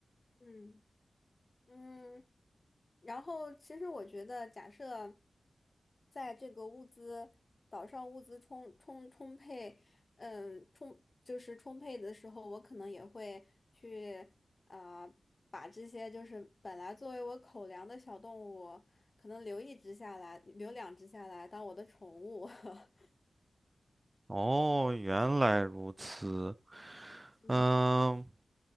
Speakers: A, on the left; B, on the right.
A: 嗯。嗯，然后其实我觉得，假设在这个物资岛上物资充充充沛，嗯，充就是充沛的时候，我可能也会去啊、呃把这些就是本来作为我口粮的小动物，可能留一只下来，留两只下来当我的宠物。<laughs>
B: 哦，原来如此。
A: 嗯，
B: 嗯，